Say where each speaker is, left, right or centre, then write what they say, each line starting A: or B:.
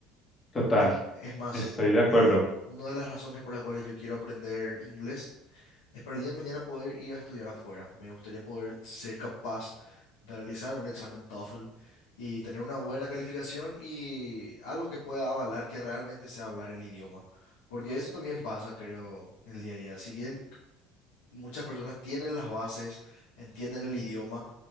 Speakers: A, on the left; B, on the left.
A: Total,
B: Es, es más,
A: estoy de acuerdo.
B: eh, una de las razones por las cuales yo quiero aprender inglés es para el día de mañana poder ir a estudiar afuera. Me gustaría poder ser capaz de realizar un examen TOEFL y tener una buena calificación y algo que pueda avalar que realmente sea hablar el idioma. Porque eso también pasa, creo, en el día a día. Si bien muchas personas tienen las bases, entienden el idioma,